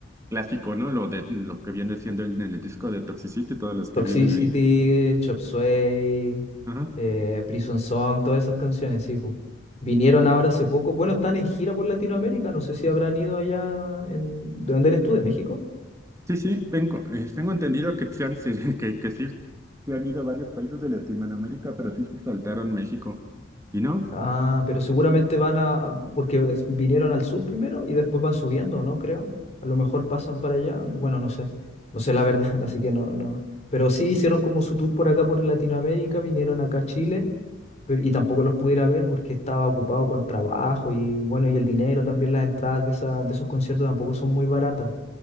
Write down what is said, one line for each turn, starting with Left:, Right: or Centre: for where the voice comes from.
Right: clásico, ¿no? Lo de lo que viene siendo el, el disco de Toxicity, todas las que
Left: Toxicity,
Right: vienen ahí.
Left: Chop Suey,
Right: Ajá.
Left: eh, Prison Song, todas esas canciones, sí. po. Vinieron ahora hace poco. Bueno, están en gira por Latinoamérica. No sé si habrán ido allá en... ¿De dónde eres tú? ¿De México?
Right: Sí, sí, tengo, eh, tengo entendido que se han, <laughs> que, que sí se han ido a varios países de Latinoamérica, pero sí se saltaron México. Y no,
Left: Ah, pero seguramente van a, porque des- vinieron al sur primero y después van subiendo, ¿no? Creo. A lo mejor pasan para allá. Bueno, no sé. No sé la verdad, <laughs> así que no, no. Pero sí hicieron como su tour por acá, por Latinoamérica, vinieron acá a Chile, pero, y tampoco los pudiera ver porque estaba ocupado con trabajo y bueno, y el dinero también, las entradas de, esa, de esos conciertos tampoco son muy baratas.